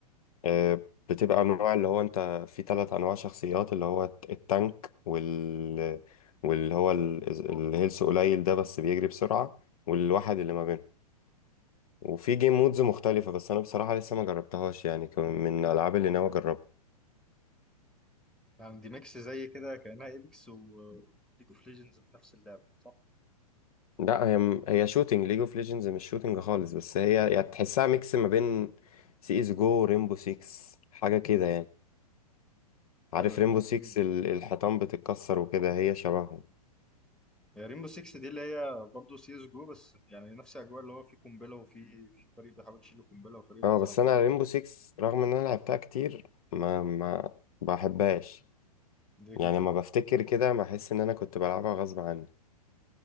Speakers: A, on the left; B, in the centre.
A: آه، بتبقى انواع اللي هو انت في ثلاث انواع شخصيات اللي هو الت- التانك وال واللي هو ال- الهيلث قليل ده بس بيجري بسرعة والواحد اللي ما بينهم وفي جيم مودز مختلفة بس انا بصراحة لسه ما جربتهاش يعني كان من الالعاب اللي ناوي اجربها
B: يعني دي ميكس زي كده كأنها ايبكس وليج اوف ليجندز في نفس اللعبة صح؟
A: لا هي م- هي شوتينج ليج اوف ليجندز مش شوتينج خالص بس هي يعني تحسها ميكس ما بين سي اس جو ريمبو 6 حاجة كده يعني عارف
B: حلوة دي
A: ريمبو
B: ممكن
A: 6 الحيطان بتتكسر وكده هي شبههم
B: يا ريمبو 6 دي اللي هي برضه سي اس جو بس يعني نفس اجواء اللي هو في قنبلة وفي في فريق بيحاول يشيل قنبلة وفريق
A: اه
B: بيزرع
A: بس
B: قنبلة
A: انا ريمبو 6 رغم ان انا لعبتها كتير ما ما بحبهاش
B: دي كده
A: يعني لما بفتكر كده بحس ان انا كنت بلعبها غصب عني